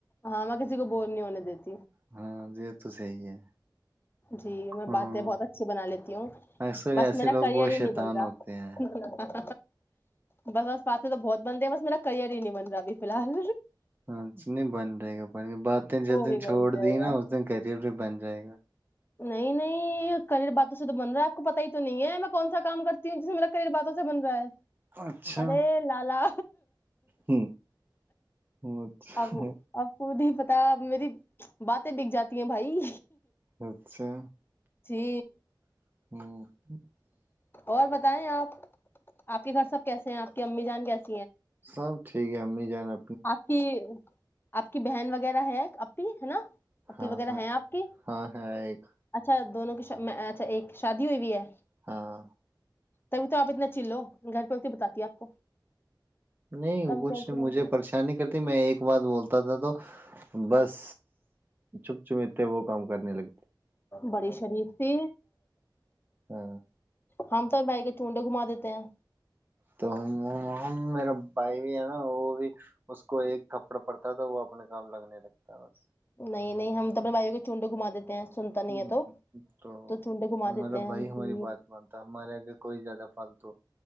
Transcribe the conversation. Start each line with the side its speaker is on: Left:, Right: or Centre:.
Left: ہاں میں کسی کو بور نہیں ہونے دیتی
Right: ہمممم یہ تو صحیح ہے
Left: جی میں
Right: ہاں
Left: باتیں بہت اچھی بنا لیتی ہوں
Right: اکثر
Left: بس
Right: ایسے
Left: میرا
Right: لوگ
Left: کریئر
Right: بہت
Left: ہی
Right: شیطان
Left: نہیں بن رہا
Right: ہوتے ہیں
Left: بس بس باتیں تو بہت بنتے بس میرا کریئر ہی نہیں بن رہا ابھی فی الحال
Right: ہاں نہیں بن رہے گا پہ باتیں جس
Left: وہ
Right: دن
Left: بھی
Right: چھوڑ
Left: بن جائے
Right: دی
Left: گا
Right: نا اس دن کری بن جائے گا
Left: نہیں نہیں کرئر باتوں سے تو بن رہا ہے آپ کو پتا ہی تو نہیں ہے میں کون سا کام کرتی ہوں جسے میرا کرئر باتوں سے بن رہا ہے
Right: اچھا
Left: ارے لالا
Right: ہ اچھا
Left: اب اب کو نہیں پتا میری باتیں بک جاتی ہیں بھائی
Right: اچھا
Left: جی
Right: <inaudible>
Left: اور بتائیں آپ آپ کے گھر سب کیسے ہیں آپ کی امی جان کیسے
Right: سب ٹھیک ہے امی جانا
Left: آپ کے آپ کی بہن وغیرہ ہے آپ کی ہے نا
Right: ہاں
Left: ای وغیرہ
Right: ہاں
Left: ہیں آپ کے
Right: ہاں ہے ایک
Left: اچھا دونوں کی شا اچھا ایک شادی ہوئی بھی ہے
Right: ہاں
Left: تبھی تو آپ اتنا چل ہو گھر پہ آ کے بتاتی ہے آپ کو
Right: نہیں
Left: اللہ میں
Right: کچھ
Left: کیا
Right: نہیں مجھے پریشانی کر میں ایک بات بولتا تھا تو بس چپ چپتے وہ کام کرنے لگی
Left: بڑی شریف تھی
Right: ہاں
Left: ہم تو بھائی کے چونڈے گھما دیتے ہیں
Right: تو ہم ہم میرا بھائی بھی ہے نہ وہ بھی اس کو ایک تھپڑ پڑتا تو وہ اپنے کام لگنے لگتا بس
Left: نہیں نہیں ہم تو اپنے بھائیوں کے چونڈوں گھما دیتے ہیں سنتا نہیں
Right: ہممم
Left: ہے تو
Right: تو
Left: چونڈے گھما
Right: ہمارا
Left: دیتے ہیں
Right: بھائی ہماری
Left: جی
Right: بات مانتا ہمارے آگے کوئی زیادہ فالتو